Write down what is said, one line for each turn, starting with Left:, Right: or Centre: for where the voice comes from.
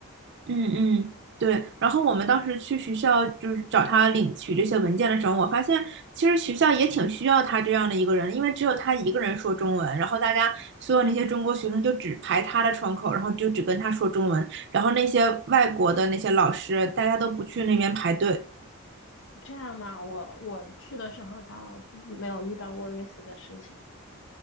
Right: 嗯嗯，对。然后我们当时去学校就是找他领取这些文件的时候，我发现其实学校也挺需要他这样的一个人，因为只有他一个人说中文，然后大家所有那些中国学生就只排他的窗口，然后就只跟他说中文，然后那些外国的那些老师，大家都不去那边排队。
Left: 这样嘛，我我去的时候倒没有遇到过类似的事情，